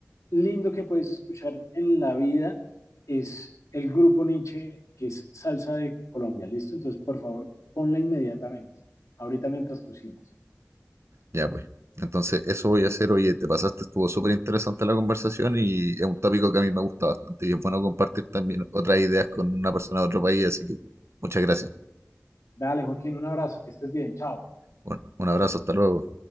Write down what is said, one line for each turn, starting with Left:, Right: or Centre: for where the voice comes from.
Left: lindo que puedes escuchar en la vida es el grupo Nietzsche, que es Salsa de Colombia. ¿Listo? Entonces, por favor, ponla inmediatamente, ahorita mientras cocinas.
Right: Ya pues. Entonces, eso voy a hacer. Oye, te pasaste, estuvo súper interesante la conversación y es un tópico que a mí me gusta bastante y es bueno compartir también otras ideas con una persona de otro país, así que muchas gracias.
Left: Dale, Joaquín, un abrazo, que estés bien. Chao.
Right: Bueno, un abrazo, hasta luego.